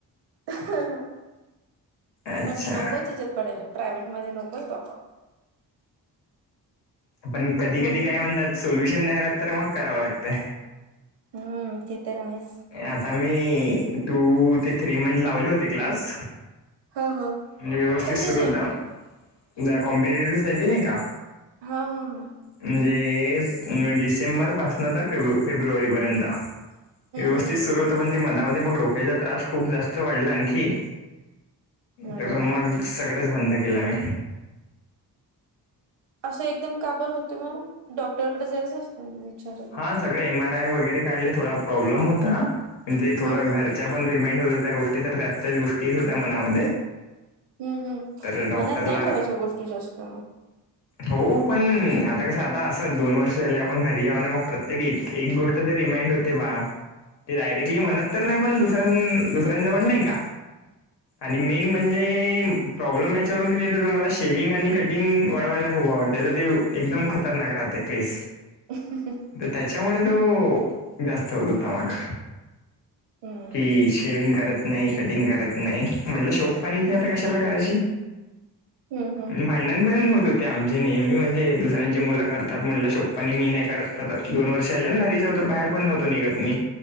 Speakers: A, on the right; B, on the left.
A: हा
B: अच्छा
A: म्हटलं नकोच इच्यात पडेल प्रायव्हेट मध्ये नकोच बा्पा
B: पण कधी
A: म्हणून
B: कधी काय म्हणतात सोल्युशन नाही राहत तर मग करावं लागतं
A: हम्म ति तर आहेच
B: आता मी टू ते थ्री मंथ लावले होते क्लास
A: हा हा
B: म्हणजे व्यवस्थित
A: कशाचे
B: सुरू होता कॉम्पिटेटिव्ह साठी नाही का?
A: हा हा हा
B: म्हणजे डिसेंबर पासन तर फेब फेब्रुवारीपर्यंत व्यवस्थित
A: हम्म हम्म
B: सुरू होत पण ते मधमध्ये मग डोक्याचा त्रास खूप जास्त वाढला आणखी
A: अरे
B: तर
A: यार.
B: मग सगळच बंद केलं
A: असं एकदम काबर होत मग डॉक्टरकडे जायचं असतं म विचार
B: हा सगळे एम आर आय वगैरे काढले थोडा प्रॉब्लेम होता म्हणज ते थोडं
A: हम्म हम्म
B: घर पण रिमाइंड होत हो त्या गोष्टी तर त्यात त्याच गोष्टी होत्या मनामध्ये
A: हम्म हम्
B: तर डॉक्टरला
A: मनात नाही ठेवायच्या गोष्टी जास्त
B: हो पण आता कसं आता असं दोन वर्ष झाले आपण घरी याऊ ना मग प्रत्येक एक गोष्ट ते रिमाइंड होते बा ते डायरेक्टली म्हणत तर नाही पण दुसऱ्यां दुसऱ्यांजवळ नाही का आणि मेन म्हणजे प्रॉब्लेम याच्यावरून क्रिएटतो मला शेवि्हंग आणि कटिंग वाढवायला खूप आवडते तर ते एकदम खतरनाक राहते तेतीस
A: <inaudible>
B: तर त्याच्यामुळे तो जास्त होत होता मग
A: हम्म
B: कि शेविंग करत नाही कटिंग करत नाही म्हटलं शोक पाणीच नाही आता कशाला करायची
A: हम्म
B: भय अण पण होत होते आमचे नेहमी म्हणजे दुसऱ्यांची मुलं करतात म्हटलं शोकपाणी मी नाही करत आता दोन वर्ष आले ना घरीच तर बाहेर पण नव्हतो निघत मी